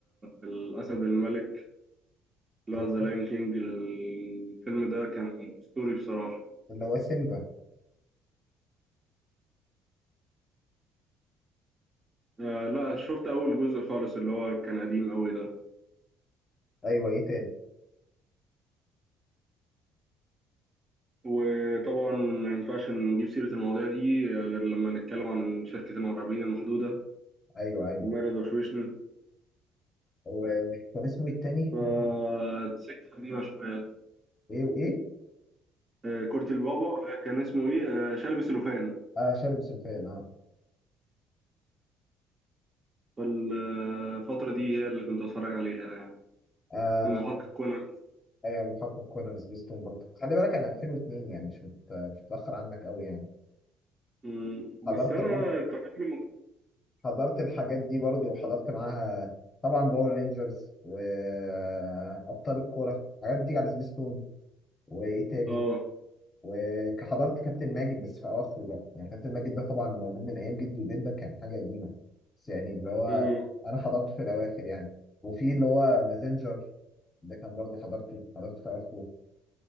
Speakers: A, on the right; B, on the left.
A: الاسد الملك لا
B: اللي
A: ذا لاين
B: هو
A: كينج الفيلم ده كان اسطوري بصراحة
B: اللي هو سيمبا
A: آه لا شفت اول جزء خالص اللي هو كان قديم قوي ده
B: ايوه ايه تاني
A: وطبعا ما ينفعش نجيب سيرة المواضيع دي آه، غير لما نتكلم عن شركة المرعبين المحدودة
B: ايوه ايوه
A: ومارد وشوشني
B: هو كان اسمه إيه التاني
A: فالسكة
B: ما-
A: قديمة شوية
B: ايه وايه
A: آه كرة البابا آه، كان اسمه ايه آه شلبي سلوفان
B: اه شارب سلفان اه
A: فالفترة دي هي اللي كنت اتفرج عليها يعني
B: آه،
A: والمحقق كونان
B: ايوه محقق كونان سبيستون برضه خلي بالك انا 2002 يعني مش مت... مش متاخر عنك قوي يعني
A: أمم، بس
B: حضرت
A: انا
B: برضه
A: كطفل مت-
B: حضرت الحاجات دي برضه وحضرت معاها طبعا باور رينجرز وابطال الكوره حاجات بتيجي على سبيستون وايه تاني
A: اه
B: وحضرت كابتن ماجد بس في اواخره بقى يعني كابتن ماجد ده طبعا موجود من ايام جدي وجدك كان حاجه قديمه بس يعني اللي هو
A: أمم،
B: انا حضرته في الاواخر يعني وفي اللي هو مازنجر ده كان برضه حضرته حضرته في اواخره